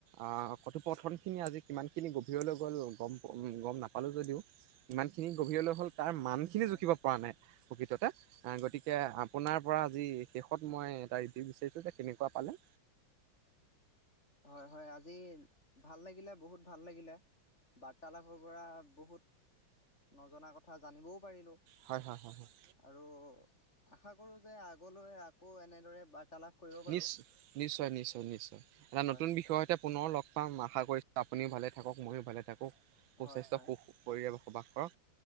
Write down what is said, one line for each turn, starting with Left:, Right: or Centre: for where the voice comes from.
Right: আহ কথোপকথন খিনি আজি কিমান খিনি গভীৰলৈ গ'লোঁ গম নাপালো, যদিও ইমানখিনি গভীৰলৈ হ'ল তাৰ মানখিনি
Left: হয়
Right: জুখিব পৰা নাই, প্ৰকৃততে, গতিকে আপোনাৰ পৰা আজি শেষত মই এটা ৰিভিউ বিচাৰিছোঁ যে কেনেকুৱা পালে?
Left: হয়-হয় আজি ভাল লাগিলে বহুত ভাল লাগিলে, বাৰ্তালাপৰ পৰা বহুত নজনা কথা জনিবও পাৰিলো।
Right: হয় হয় হয় হয়
Left: আৰু আশা কৰোঁ যে, আগলৈ আকৌ এনেদৰে বাৰ্তালাপ কৰিব পাৰো।
Right: নিশ নিশ্চয় নিশ্চয় নিশ্চয় এটা
Left: হয়
Right: নতুন বিষয়ৰ সৈতে পুনৰ লগ পাম আশা কৰিছো, আপুনিও ভালে থাকক ময়ো ভালে থাকোঁ। সুস্বাস্থ্য
Left: হয় হয়
Right: সুখ কৰি বসবাস অ।